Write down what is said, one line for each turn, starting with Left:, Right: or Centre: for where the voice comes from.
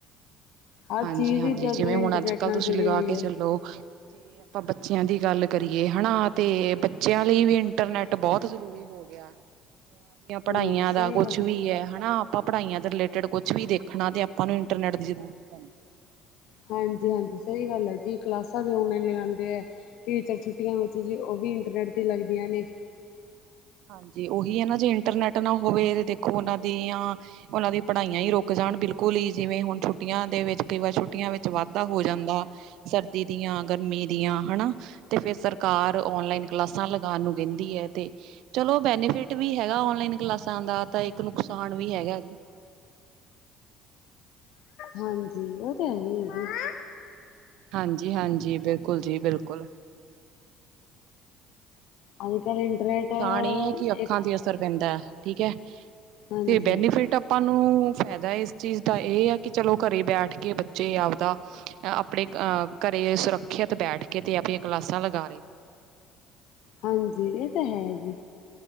Left: ਹਰ
Right: ਹਾਂਜੀ
Left: ਚੀਜ਼
Right: ਹਾਂਜੀ,
Left: ਹੀ
Right: ਜਿਵੇਂ
Left: ਕੱਲ੍ਹ ਇੰਟਰਨੈਟ
Right: ਹੁਣ ਅੱਜ ਕਲ
Left: ਨਾਲ
Right: ਤੁਸੀਂ
Left: ਜੁੜੀ
Right: ਲਗਾ
Left: ਹੋਈ
Right: ਕੇ
Left: ਹੈ।
Right: ਚਲੋ ਆਪਾਂ ਬੱਚਿਆਂ ਦੀ ਗੱਲ ਕਰੀਏ ਨਾ ਤੇ ਬੱਚਿਆਂ ਲਈ ਵੀ ਇੰਟਰਨੈਟ ਬਹੁਤ ਜ਼ਰੂਰੀ ਹੋ ਗਿਆ। ਉਹ ਦੀਆਂ ਪੜ੍ਹਾਈਆਂ
Left: ਹਾਂਜੀ ਸਹੀ
Right: ਦਾ ਕੁਛ
Left: ਗੱਲ
Right: ਵੀ
Left: ਹੈ ਜੀ
Right: ਐ। ਹਨਾ ਆਪਾਂ ਪੜ੍ਹਾਈਆਂ ਦੇ ਰਿਲੇਟਿਡ ਕੁਛ ਵੀ ਦੇਖਣਾ ਤੇ ਆਪਾਂ ਨੂੰ ਇੰਟਰਨੈਟ ਦੀ ਜ਼ਰੂਰਤ ਪੈਂਦੀ।
Left: ਹਾਂਜੀ ਹਾਂਜੀ, ਸਹੀ ਗੱਲ ਐ ਜੀ ਕਲਾਸਾਂ ਵੀ ਔਨਲਾਈਨ ਲਗਾਂਦੇ ਆ। ਟੀਚਰ ਛੁੱਟੀਆਂ ਵਿੱਚ ਜੀ ਉਹ ਵੀ ਇੰਟਰਨੈੱਟ 'ਤੇ ਲੱਗਦੀਆਂ ਨੇ।
Right: ਹਾਂਜੀ, ਉਹੀ ਆ ਨਾ ਜੀ ਜੇ ਇੰਟਰਨੈਟ ਨਾ ਹੋਵੇ ਦੇਖੋ ਉਹਨਾਂ ਦੀਆਂ ਉਹਨਾਂ ਦੀ ਪੜ੍ਹਾਈਆਂ ਹੀ ਰੁਕ ਜਾਣ ਬਿਲਕੁਲ ਹੀ ਜਿਵੇਂ ਹੁਣ ਛੁੱਟੀਆਂ ਦੇ ਵਿੱਚ ਕਈ ਵਾਰ ਛੁੱਟੀਆਂ ਵਿੱਚ ਵਾਧਾ ਹੋ ਜਾਂਦਾ। ਸਰਦੀ ਦੀਆਂ ਗਰਮੀ ਦੀਆਂ ਹਨਾ। ਤੇ ਫੇਰ ਸਰਕਾਰ ਓਨਲਾਈਨ ਕਲਾਸਾਂ ਲਗਾਣ ਨੂੰ ਕਹਿੰਦੀ ਐ ਤੇ। ਚਲੋ ਬੈਨੀਫਿਟ ਵੀ ਹੈਗਾ ਓਨਲਾਈਨ ਕਲਾਸਾਂ ਦਾ ਤਾਂ ਇੱਕ ਨੁਕਸਾਨ ਵੀ ਹੈਗਾ ਜੀ।
Left: ਹਾਂਜੀ, ਉਹ ਤਾਂ ਹੈਗੇ ਹੈਈ ਜੀ।
Right: ਹਾਂਜੀ ਹਾਂਜੀ, ਬਿਲਕੁਲ ਜੀ ਬਿਲਕੁਲ।
Left: ਅੱਜ ਕੱਲ੍ਹ ਇੰਟਰਨੈਟ
Right: ਨੁਕਸਾਨ ਏ ਆ ਕਿ ਅੱਖਾਂ
Left: ਇੱਕ
Right: ਤੇ ਅਸਰ ਪੈਂਦਾ। ਠੀਕ ਐ
Left: ਹਾਂਜੀ-ਹਾਂਜੀ
Right: ਤੇ ਬੈਨੀਫਿਟ ਆਪਾਂ ਨੂੰ ਫਾਇਦਾ ਇਸ ਚੀਜ਼ ਦਾ ਇਹ ਆ ਕਿ ਚਲੋ ਘਰੇ ਬੈਠ ਕੇ ਬੱਚੇ ਆਪਦਾ ਆਪਣੇ ਅ ਘਰੇ ਸੁਰੱਖਿਅਤ ਬੈਠ ਕੇ ਤੇ ਆਪਣੀ ਆਂ ਕਲਾਸਾਂ ਲਗਾ ਰਹੇ।
Left: ਹਾਂਜੀ, ਇਹ ਤਾਂ ਹੈ ਜੀ।